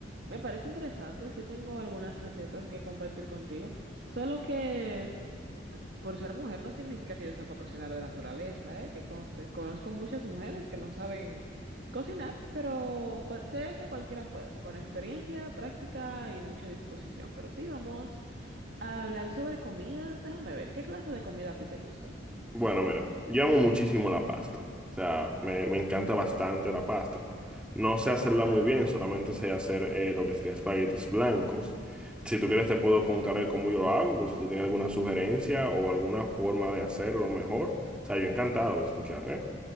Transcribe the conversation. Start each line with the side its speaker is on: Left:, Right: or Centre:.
Right: me parece interesante, sí tengo algunas recetas que compartir contigo, solo que s- por ser mujer no significa que yo sepa cocinar de naturaleza, ¿eh? Que conste, conozco muchas mujeres que no saben cocinar, pero cual- sé que cualquiera puede, con experiencia, práctica y mucha disposición, pero sí, vamos a hablar sobre comidas, déjame ver, ¿qué clase de comida a ti te gusta?
Centre: Bueno, mira, yo amo muchísimo la pasta. O sea, me, me encanta bastante la pasta. No sé hacerla muy bien, solamente sé hacer eh, lo que sería espaguetis blancos. Si tú quieres te puedo contar el cómo yo lo hago, por si tú tienes alguna sugerencia o alguna forma de hacerlo mejor. O sea, yo encantado de escuchar, ¿eh?